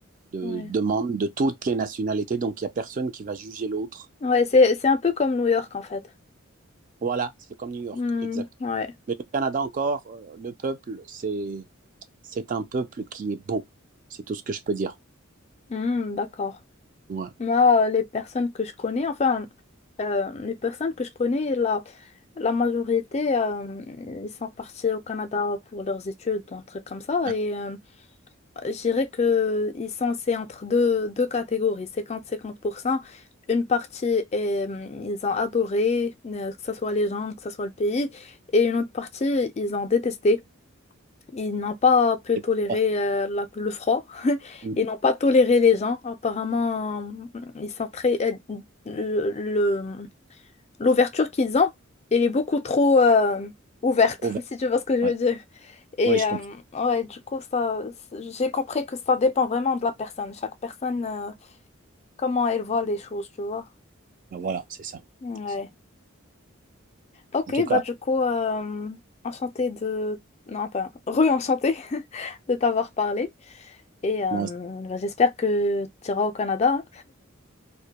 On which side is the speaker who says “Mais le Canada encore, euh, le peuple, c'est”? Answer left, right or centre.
Right